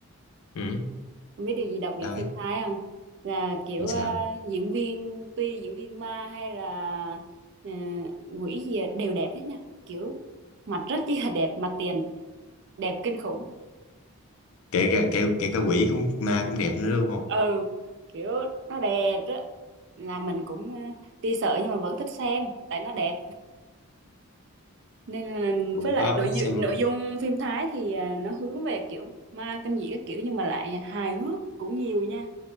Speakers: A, on the left (about 70°); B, on the right (about 50°).
A: ừ.
B: Không biết điều gì đặc biệt
A: sao ấy
B: phim Thái không? Là kiểu
A: Làm
B: ờ,
A: sao
B: diễn viên tuy diễn viên ma hay là ờ, quỷ gì à, đều đẹp hết nha. Kiểu mặt rất chi là đẹp, mặt tiền đẹp kinh khủng.
A: kể cả kể, kể cả quỷ cũng ma cũng đẹp nữa đúng không
B: Ừ, kiểu nó đẹp đó. Là mình cũng ờ, tuy sợ nhưng mà vẫn thích xem tại nó đẹp. Nên là
A: cũng
B: với lại
A: có
B: nội dung
A: xem
B: nội dung phim Thái thì ờ, nó hướng về kiểu ma kinh dị các kiểu nhưng mà lại hài hước cũng nhiều nha.